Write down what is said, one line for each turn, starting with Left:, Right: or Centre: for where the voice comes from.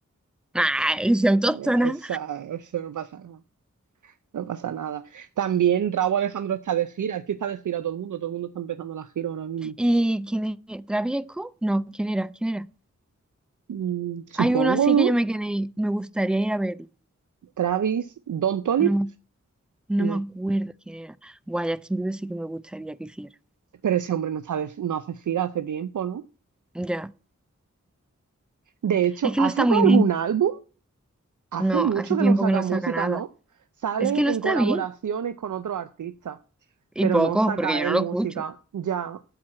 Centre: ¡Ay, soy autóctona!
Right: esa, eso no pasa nada. No pasa nada. También Raúl Alejandro está de gira. Es que está de gira todo el mundo. Todo el mundo está empezando la gira ahora mismo.
Centre: ¿Y quién es? ¿Travis Scott? No, ¿quién era? ¿Quién era?
Right: Mm, Supongo,
Centre: Hay uno así
Right: ¿no?
Centre: que yo me quedé, me gustaría ir a verlo.
Right: Travis, Don Toliver,
Centre: No, me- no
Right: no.
Centre: me acuerdo quién era. Buah, Justin Bieber sí que me gustaría que hiciera.
Right: Pero ese hombre no está de- no hace gira hace tiempo, ¿no?
Centre: Ya.
Right: De hecho,
Centre: Es que
Right: ¿ha
Centre: no está
Right: sacado
Centre: muy bien.
Right: algún álbum? Hace
Centre: No,
Right: mucho
Centre: hace
Right: que
Centre: tiempo
Right: no saca
Centre: que no
Right: música,
Centre: saca nada.
Right: ¿no? Sale
Centre: Es que no
Right: en
Centre: está
Right: colaboraciones
Centre: bien.
Right: con otros artistas,
Centre: Y
Right: pero
Centre: poco,
Right: no saca
Centre: porque yo
Right: él
Centre: no lo
Right: música.
Centre: escucho.
Right: Ya.